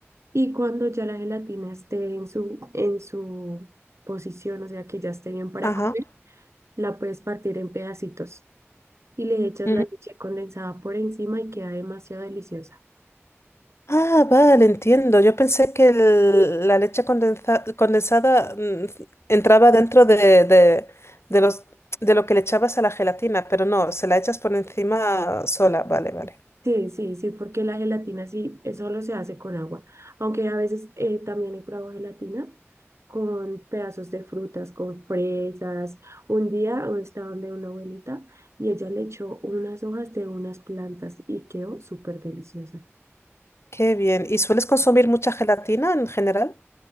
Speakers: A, on the right; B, on the left.
A: Y cuando ya la gelatina esté en su, en su posición, o sea que ya esté bien para
B: Ajá.
A: comer, la puedes partir en pedacitos y le echas
B: Ujú.
A: la leche condensada por encima y queda demasiado deliciosa.
B: Ah, vale, entiendo. Yo pensé que el- la leche condensa- condensada mm, entraba dentro de, de, de los, de lo que le echabas a la gelatina, pero no, se la echas por encima sola. Vale, vale.
A: Sí, sí, sí, porque la gelatina sí eh, solo se hace con agua, aunque a veces eh, también he probado gelatina con pedazos de frutas, con fresas. Un día eh, estaba donde una abuelita y ella le echó unas hojas de unas plantas y quedó súper deliciosa.
B: Qué bien. ¿Y sueles consumir mucha gelatina en general?